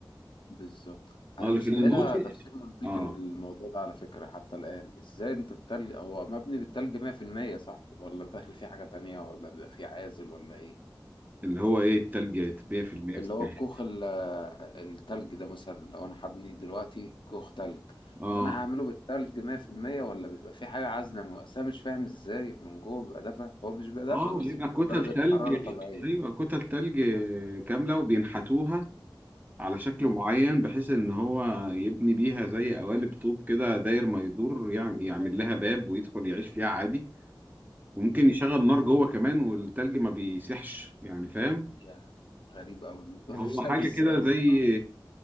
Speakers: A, on the left; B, on the right.
A: بالظبط
B: اه
A: انا
B: لكن
A: مش
B: الموقف
A: لاقي لها تفسير منطقي
B: اه
A: للموضوع ده على فكره حتى الان ازاي انت التلج هو مبني بالتلج 100% صح ولا داخل فيه حاجه تانية ولا بيبقى فيه عازل ولا ايه
B: اللي هو ايه التلج 100% في المية
A: اللي
B: في التلج
A: هو الكوخ ال- التلج ده مثلا لو انا هبني دلوقتي كوخ تلج
B: اه
A: فانا هعمله بالتلج 100% ولا بيبقى في حاجه عازله من- أصل انا مش فاهم ازاي من جوه بيبقى دافع هو مش بيبقى دافع
B: اه
A: بس
B: بيبقى
A: بتبقى
B: كتل
A: درجه
B: تلج
A: حراره طبيعيه
B: ايوه كتل تلج كامله وبينحتوها على شكل
A: امم
B: معين بحيث ان هو يبني بيها زي قوالب طوب كده داير ما يدور يعم- يعمل لها باب ويدخل يعيش فيها عادي وممكن
A: امم
B: يشغل نار جوه كمان والتلج ما بيسيحش يعني فاهم
A: يا غريب قوي الموضوع
B: هو
A: ده <laughs> مش
B: حاجة
A: عارف ازاي
B: كده
A: الصراحه
B: زي